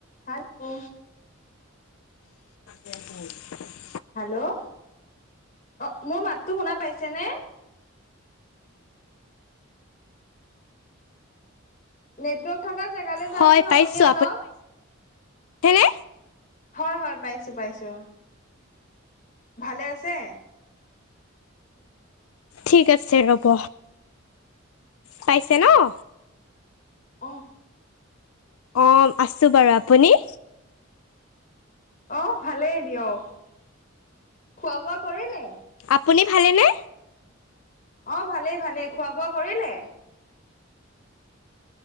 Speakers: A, on the left; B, on the left.
A: হেল্ল'
B: <inaudible>
A: হেল্ল' অ' মোৰ মাতটো শুনা পাইছে নে? নেটৱৰ্ক <unintelligible> জেগাল যাওচোন
B: হয় পাইছোঁ
A: আপুনি অলপ
B: পাইছেনে
A: হয় হয় পাই চো পাইছো ভালে আছে?
B: ঠিক আছে ৰ'ব পাইছে ন?
A: আহ।
B: অ' আছো বাৰু আপুনি?
A: অ' ভালেই দিয়ক খোৱা বোৱা কৰিলে?
B: আপুনি ভালেনে?
A: অ' ভালেই ভালেই খোৱা বোৱা কৰিলে?